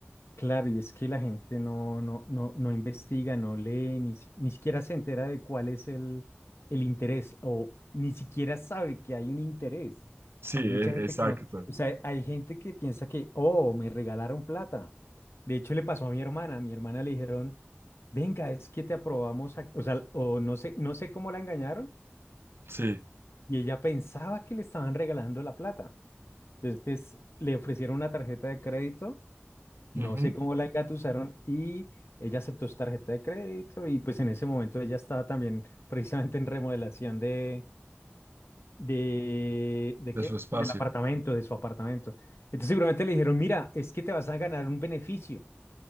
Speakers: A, on the left (about 65°); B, on the right (about 60°).
A: Claro, y es que la gente no, no, no, no investiga, no lee, ni, si- ni siquiera se entera de cuál es el, el interés o ni siquiera sabe que hay un interés.
B: Sí, e-
A: Hay mucha gente
B: exacto.
A: que no, o sea, hay gente que piensa que, oh, me regalaron plata. De hecho, le pasó a mi hermana, a mi hermana le dijeron, venga, es que te aprobamos, ac- o sea, o no sé, no sé cómo la engañaron
B: Sí,
A: y ella pensaba que le estaban regalando la plata. Entonces, le ofrecieron una tarjeta de crédito no
B: ujú,
A: sé cómo la engatusaron y ella aceptó su tarjeta de crédito y pues en ese momento ella estaba también precisamente en remodelación de, de, ¿de
B: de
A: qué?
B: su espacio.
A: Del apartamento, de su apartamento. Entonces seguramente le dijeron, mira, es que te vas a ganar un beneficio.